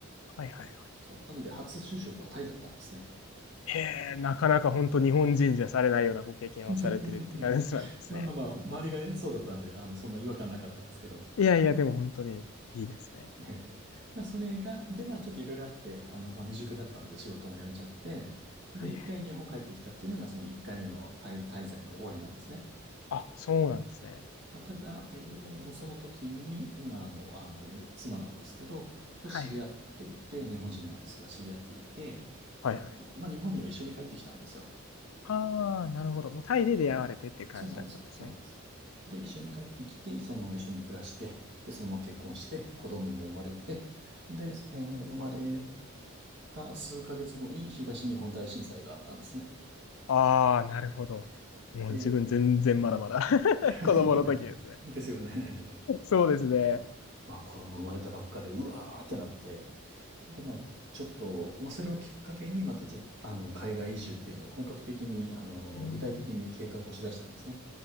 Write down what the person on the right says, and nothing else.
そう。なので、初就職はタイだったんですね。
<laughs> まあまあまあ、周りがね、そうだったんで、あの、そんな違和感なかったんですけど。
<laughs> ええまあ、それが、で、まあ、ちょっといろいろあって、あの、まあ、未熟だったので仕事も辞めちゃって、で、
一回日本帰ってきたっていうのが、その一回目のタイ滞在の終わりなんですね。
まあ、ただ、えーもうその時に、今はもう、あの、妻なんですけど、と知り合っていて、
日本人なんですが、知り合っていて、
あの、まあ、日本には一緒に帰ってきたんですよ。
そうなんですよ。そうなんですよ。で、一緒に帰ってきて、そのまま一緒に暮らして、で、そのまま結婚して、子供も生まれて、で、えー生まれた数ヶ月後に東日本大震災があったんですね。
そう。
で、
<laughs>
ですよね。
そうまあ子供生まれたばっかで、うわーってなって、で、まあ、ちょっと、まあ、それをきっかけに、またちょっと、あの、海外移住っていうのを本格的に、あの、
具体的に計画をしだしたんですね。